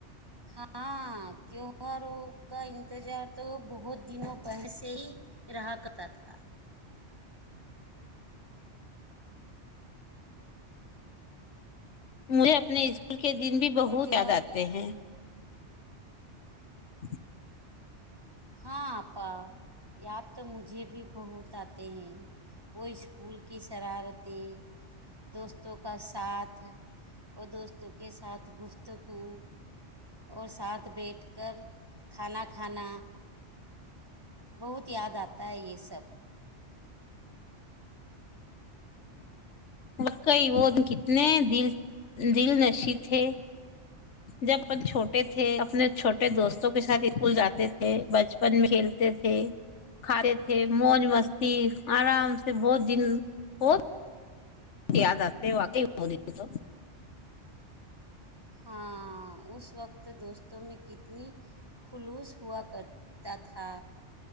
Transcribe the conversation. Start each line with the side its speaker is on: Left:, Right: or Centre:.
Right: ہاں تیواروں کا انتظار تو بہت دنوں پہر سے ہی رہا کرتا تھا
Left: مجھے اپنے کے دن بھی بہت
Right: اور تیوہار
Left: یاد آتے ہیں <inaudible>
Right: ہاں اپپا یاد تو مجھے بھی بہت آتے ہیں وہ اسکول کی شرارتیں دوستوں کا ساتھ وہ دوستوں کے ساتھ گفتگو اور ساتھ بیٹھ کر کھانا کھانا بہت یاد آتا ہے یہ سب
Left: وکعی وہ کتنے دل دل نشے تھے جب اپ چھوٹے تھے اپنے چھوٹے دوستوں کے ساتھ اسکول جاتے تھے بچپن میں کھیلتے تھے کھاتے تھے موج مستی آرام سے بہت دن ب یاد آتے واقعی ہو رہ تو
Right: ہاں اس وقت دوستوں میں کتنی خلوص ہوا کرتا تھا